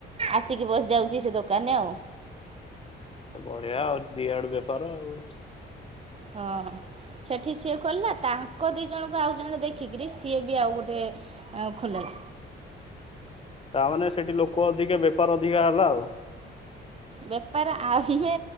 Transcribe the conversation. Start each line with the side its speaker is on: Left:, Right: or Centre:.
Right: ଆସିକି ବସିଯାଉଚି ସେ ଦୋକାନ୍ ରେ ଆଉ।
Left: ବଢିଆ ଆଉ ଦି ଆଡୁ ବେପାର ଆଉ।
Right: ହଁ। ସେଠି ସିଏ କଲା ତାଙ୍କ ଦି ଜଣଙ୍କୁ ଆଉ ଜଣେ ଦେଖିକିରି ସିଏ ବି ଆଉ ଗୋଟେ ଆଉ ଖୋଲିଦେଲା।
Left: ତାମାନେ ସେଠି ଲୋକ ଅଧିକା ବେପାର ଅଧିକା ହେଲା ଆଉ।
Right: ବେପାର ଆମେ